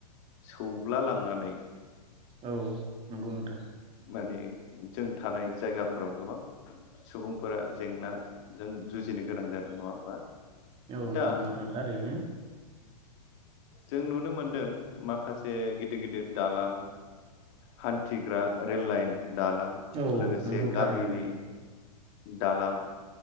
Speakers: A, on the left; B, on the right.
A: सौब्ला लांनानै
B: औ नंगौ नोंथां
A: माने जों थानाय जायगाफोराव गोबां सुबुंफोरा जेंनाजों जुजिनो गोनां जादों नङा होमबा
B: औ
A: दा
B: नंगौ नोंथां थारैनो
A: जों नुनो मोनदों माखासे गिदिर गिदिर दालां हान्थिग्रा रेल लाइन दालां
B: औ
A: लोगोसे
B: नंगौ
A: गामिनि
B: थारैनो
A: दालां